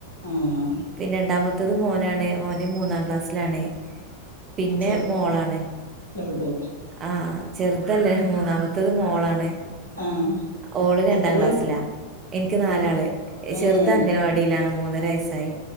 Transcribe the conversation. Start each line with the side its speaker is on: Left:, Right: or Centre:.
Left: ആഹ്
Right: പിന്നെ രണ്ടാമത്തതും മോനാണ് ഓന്ന് മൂന്നാം ക്ലാസ്സിലാണ് പിന്നെ
Left: ചെർ
Right: മോളാണ്
Left: ചെറുത്
Right: ആഹ ചെറുതല്ലേ മൂന്നാമത്തത് മോളാണ്
Left: ആഹ്
Right: ഓള് രണ്ടാം
Left: എത്ര
Right: ക്ലാസ്സിലാ
Left: പേരുണ്ട്
Right: എനിക്ക്
Left: എത്ര
Right: നാലാള്
Left: പേരുണ്ട്
Right: ചെറുത്
Left: ഏഹ്
Right: അംഗനവാടിയിലാണ് മൂന്നര വയസ്സായി